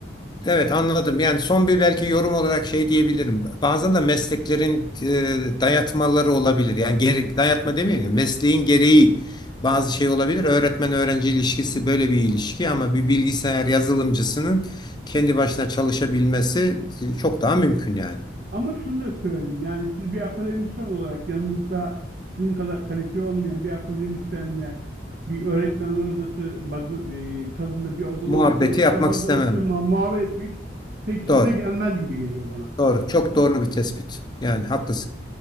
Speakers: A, on the left (about 25°); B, on the right (about 50°).
A: evet anladım. Yani son bir belki yorum olarak şey diyebilirim. Bazen de mesleklerin e, dayatmaları olabilir. Yani geri, dayatma demeyeyim de mesleğin gereği bazı şey olabilir. Öğretmen öğrenci ilişkisi böyle bir ilişki ama bir bilgisayar yazılımcısının kendi başına çalışabilmesi e, çok daha mümkün yani.
B: Ama şunu da söyleyeyim yani siz bir akademisyen olarak yanınızda sizin kadar kalifiye olmayan bir akademisyenle bir öğretmenler odası bazı e, tadında bir odada
A: Muhabbeti
B: oturup
A: yapmak
B: sabahtan
A: istemem.
B: akşama muhabbet etmek pek işinize
A: Doğru.
B: gelmez gibi geliyor bana.
A: Doğru. Çok doğru bir tespit. Yani haklısın.